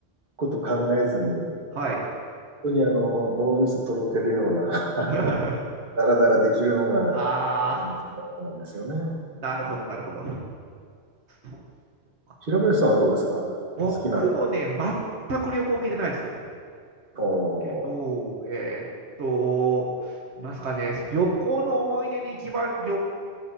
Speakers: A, on the right; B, on the right.
A: こと考えずに
B: はい。
A: 当にあの脳みそとろけるような
B: <laughs>
A: <laughs>、ダラダラできるのがあの好きなとことなんですよね。
B: ああ、なるほど、なるほど。そっか
A: 平林さんはどうですか
B: 僕もね、
A: 好きな。
B: 全く旅行行けてないですけど、
A: お
B: けどえーっと、なんすかね、旅行の思い出で一番旅